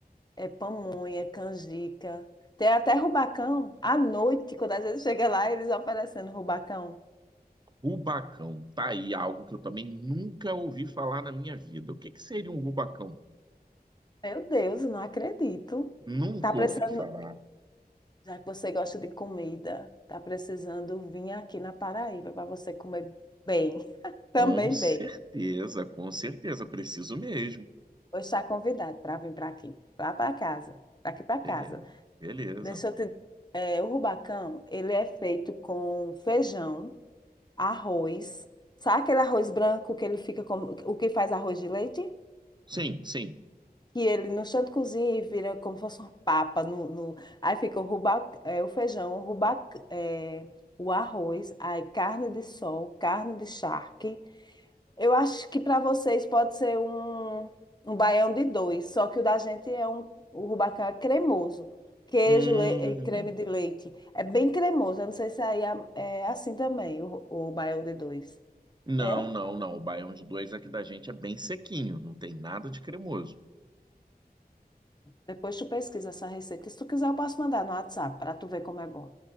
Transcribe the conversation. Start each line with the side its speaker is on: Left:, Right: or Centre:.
Left: é pamonha, canjica. Tem até rubacão. À noite, quando às vezes chega lá, eles oferecendo rubacão.
Right: Rubacão, tá aí algo que eu também nunca ouvi falar na minha vida. O que que seria um rubacão?
Left: Meu Deus, eu não acredito.
Right: Nunca
Left: Tá precisando,
Right: ouvi falar.
Left: já que você gosta de comida, tá precisando vir aqui na Paraíba para você comer bem, <laughs>
Right: Com
Left: também
Right: certeza,
Left: bem.
Right: com certeza, preciso mesmo.
Left: Vou estar convidado para vir para aqui, lá para casa, daqui para
Right: Beleza,
Left: casa.
Right: beleza.
Left: Deixa eu te... é, o rubacão, ele é feito com feijão, arroz. Sabe aquele arroz branco que ele fica como... O que faz arroz de leite?
Right: Sim, sim.
Left: Que ele no chão de cozinha e vira como se fosse uma papa. No, no... Aí fica o, ruba... é, o feijão, o, ruba... é, o arroz, aí carne de sol, carne de charque. Eu acho que para vocês pode ser um, um baião de dois, só que o da gente é um, o rubacão é cremoso. Queijo
Right: Hum,
Left: le- e creme de leite. É bem cremoso. Eu não sei se aí é, é assim também, o, o baião de dois.
Right: não,
Left: É?
Right: não, não. O baião de dois aqui da gente é bem sequinho, não tem nada de cremoso.
Left: Depois tu pesquisa essa receita. Se tu quiser, eu posso mandar no WhatsApp para tu ver como é bom.